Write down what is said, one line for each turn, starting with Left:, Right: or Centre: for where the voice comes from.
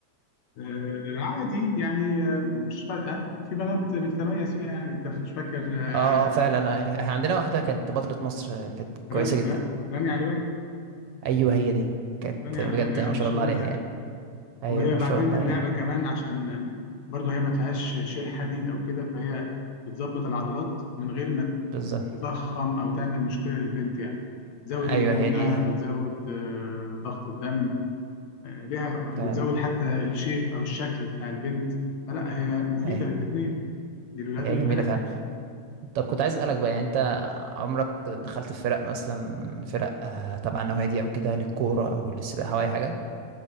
Left: آه عادي يعني آه مش فارقة وفي بنات بتتميز فيها يعني انت مش فاكر آه
Right: اه اه فعلا احنا عندنا واحده كانت بطله مصر كانت كويسه
Left: ران-
Right: جدا
Left: ران- رانيا علواني
Right: ايوه هي دي كانت
Left: رانيا
Right: بجد
Left: علواني
Right: ما
Left: اه مشهورة
Right: شاء الله عليها يعني ايوه
Left: وهي
Right: ما
Left: بعدين
Right: شاء الله
Left: اللعبة
Right: عليها
Left: كمان عشان برضو هي ما فيهاش شيل حديد أو كده فهي بتظبط العضلات من غير ما
Right: بالظبط
Left: تضخم أو تعمل مشكلة للبنت يعني بتزود
Right: ايوه
Left: المرونة
Right: هي دي
Left: بتزود آه، ضغط الدم آه، ليها بتزود
Right: فعلا
Left: حتى الشيب أو الشكل بتاع البنت فلا هي مفيدة
Right: ايوه
Left: للاتنين للولاد
Right: هي
Left: وللبنات
Right: جميله فعلا
Left: يعني
Right: طب كنت عايز اسالك بقى يعني انت عمرك دخلت في فرق مثلا فرق آه تبع نوادي او كده للكوره او للسباحه او اي حاجه